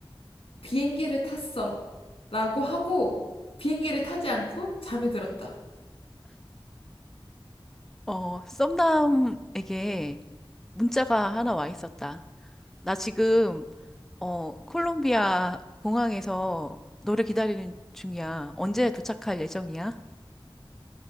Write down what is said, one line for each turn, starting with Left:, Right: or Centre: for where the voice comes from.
Left: 비행기를 탔어. 라고 하고 비행기를 타지 않고 잠에 들었다.
Centre: 어, 썸남에게 문자가 하나 와 있었다. 나 지금 어, 콜롬비아 공항에서 너를 기다리는 중이야. 언제 도착할 예정이야?